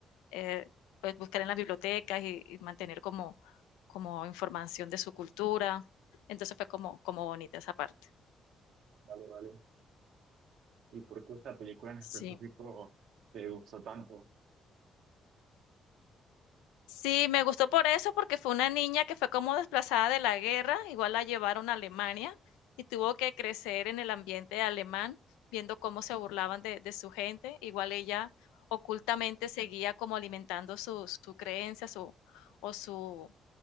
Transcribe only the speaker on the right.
vale, vale. ¿Y por qué esta película en
específico te gustó tanto?